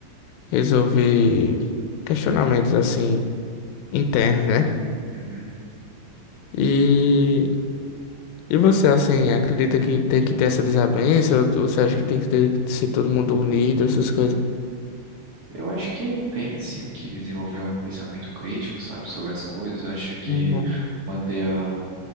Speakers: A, on the left; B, on the right.
A: resolver questionamentos assim internos, né?
B: Uhum.
A: E, e você assim acredita que tem que ter essa desavença? Ou ou você acha que tem que ter, ser todo mundo unido, essas coisas?
B: Eu acho que tem sim que desenvolver um pensamento crítico, sabe, sobre as coisas. Acho que
A: Uhum.
B: manter a